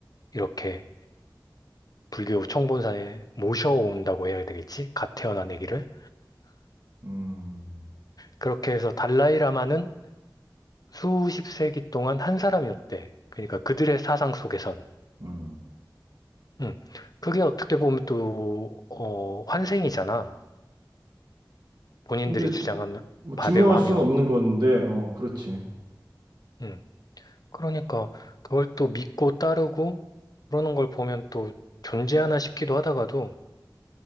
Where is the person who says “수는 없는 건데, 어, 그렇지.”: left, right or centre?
Right